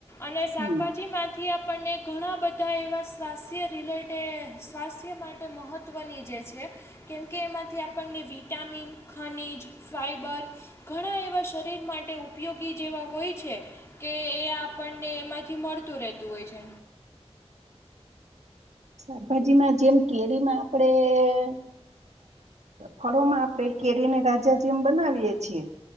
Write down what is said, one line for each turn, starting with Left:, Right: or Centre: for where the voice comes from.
Left: અને શાકભાજીમાંથી
Right: હમ
Left: આપ આપણને ઘણા બધા એવા સ્વાસ્થ્ય રિલેટેડ સ્વાસ્થ્ય માટે મહત્ત્વની જે છે, કેમકે એમાંથી આપણને વ વિટામિન, ખનીજ, ફાઈબર ઘણા એવા શરીર માટે ઉપયોગી જેવા હોય છે, કે એ આપણને એમાંથી મળતું રહેતું હોય છે
Right: શાકભાજીમાં જેમ કેરીમાં આપણેે ફળોમાં આપણે કેરીને રાજા જેમ બનાવીએ છીએ